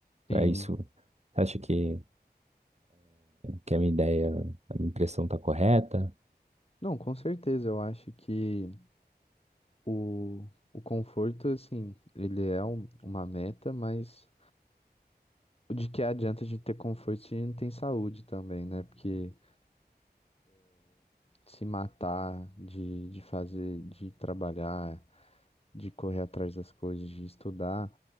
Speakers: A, on the left (about 35°); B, on the right (about 40°).
A: Sim.
B: É isso. Você acha que, que a minha ideia, a minha impressão está correta?
A: Não, com certeza, eu acho que o, o conforto, assim, ele é um- uma meta, mas de que adianta a gente ter conforto se a gente não tem saúde também, né? Porque se matar, de, de fazer, de trabalhar, de correr atrás das coisas, de estudar,